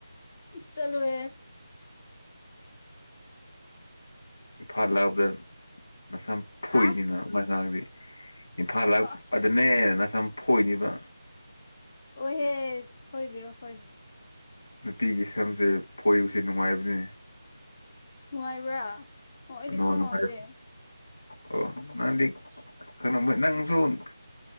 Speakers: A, on the left; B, on the left.
A: ꯆꯂꯨ ꯍꯦ
B: ꯏꯝꯐꯥꯜ ꯂꯥꯛꯄꯗ ꯃꯁꯝ ꯐꯨꯏꯅꯤꯅ
A: ꯍꯥ
B: ꯑꯗꯨꯃꯥꯏ ꯉꯥꯡꯑꯗꯤ ꯏꯝꯐꯥꯜ
A: ꯁꯥꯁ
B: ꯂꯥꯛꯄꯗꯅꯦ ꯅꯁꯝ ꯐꯣꯏꯅꯤꯕ
A: ꯍ‍ꯣꯏꯍ‌ꯦ ꯊꯣꯏꯕꯤꯔꯣ ꯈꯣꯏꯕꯤꯔꯣ
B: ꯅꯨꯄꯤꯒꯤ ꯁꯝꯁꯦ ꯐꯣꯏꯕꯁꯦ ꯅꯨꯡꯉꯥꯏꯕꯅꯤꯅ‌ꯦ
A: ꯅꯨꯡꯉꯥꯏꯕ꯭ꯔꯥ ꯑꯣ ꯑꯩꯗꯤ
B: ꯑꯅꯧ
A: ꯈꯪꯍꯧꯗꯦ
B: ꯅꯨꯡꯉꯥꯏ ꯑꯣ ꯅꯪꯗꯤ ꯀꯂꯝꯩ ꯅꯪꯁꯨ <unintelligible>